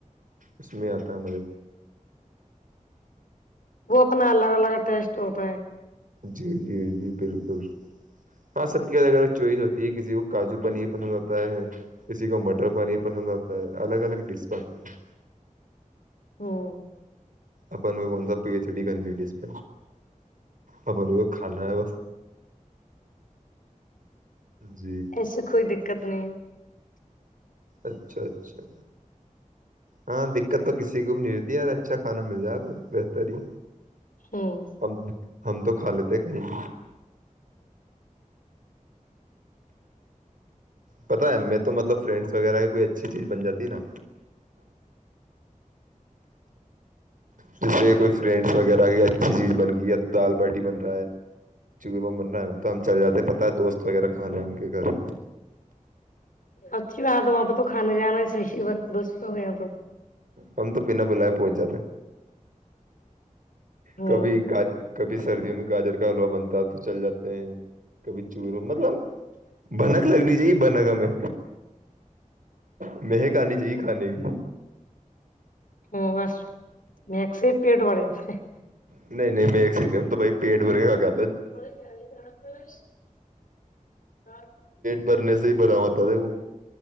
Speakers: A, on the right (about 75°); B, on the left (about 80°).
A: اس میں آتا ہے مھے
B: وہ اپنا الگ الگ ٹیسٹ ہوتا ہے
A: جی جی جی بالکل ہاں سب کی الگ الگ چوائس ہوتی ہے کسی کو کاجو پنیر پسند آتا ہے کسی کو مٹر پنیر پسند آتا ہے الگ الگ ڈش پتی ہے
B: ہاں
A: اپن وہ کون پی ایچ ڈی کرنیٹیس پ آ ب کھانا <inaudible> جی
B: ای سکھو د دقت نہیں <unintelligible>
A: اچھا اچھا ہاں دقت تو کسی کو بھی نہیں رہتی یار اچھا کھانا مل جائے بس بہتر ہی
B: ہمم
A: ہم ہم تو کھا لیتے کہیں پتا ہے میں تو مطلب فرینڈس وغیرہ کوئی اچھی چیز بن جاتی نا جیسے کوئی فرینڈس وغیرہ کی اچھی چیز بن گئی یا دال باٹی بن رہا ہے چورمہ بن رہا ہے ن تو ہم چل جاتے پت ہے دوست وغیرہ کھانے ہیں ان کے گھر
B: اچھی بات ہے وہاں پہ تو کھانا جانا ہے صحیحست ہو گیا تو
A: ہم تو بنا بلائے پہنچ جاتے
B: ہوں
A: کبھی گج <unintelligible> کبھی سردیوں میں گاجر کا حلوا بنتا ہے تو چل جاتے ہیں کبھی چوروں مت <unintelligible> م بھنک لگنی چاہیے بنا گا میں م کرنی چاہیے کھانے کی
B: ہ بس میکس پیٹ بڑے تھ <unintelligible>
A: ن ہیں نہیں میںیک ستی ہوں تو بھائی پیٹ بھر کے خگا
B: کو فی گر کر اور <unintelligible>
A: برنے سے بر آات ہے وہ